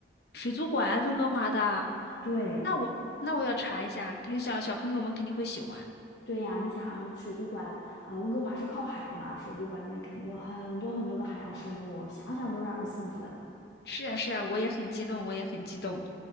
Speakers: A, on the left (about 65°); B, on the left (about 85°).
A: 水族馆，温哥华的。
B: 对
A: 那我那我要查一下，肯定小小朋友们肯定会喜欢。
B: 对呀，你想水族馆，呃，温哥华是靠海的嘛，水族馆里面肯定有很多很多的海洋生物，想想都让人兴奋。
A: 是呀，是呀，我也很激动，我也很激动。